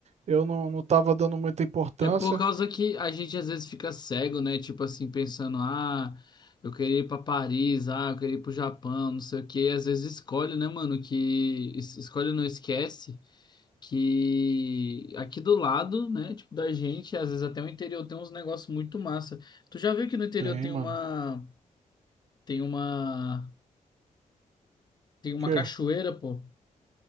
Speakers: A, on the right; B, on the left.
A: Eu não, não tava dando muita importância.
B: É por causa que a gente às vezes fica cego, né? Tipo assim, pensando, ah, eu queria ir pra Paris, ah, eu queria ir pro Japão, não sei o quê. E às vezes escolhe, né, mano, que... es- Escolhe não esquece que aqui do lado, né, tipo da gente, às vezes até o interior tem uns negócios muito massa. Tu já viu que no interior
A: Tem,
B: tem
A: mano.
B: uma... Tem uma. Tem uma
A: Que?
B: cachoeira, pô.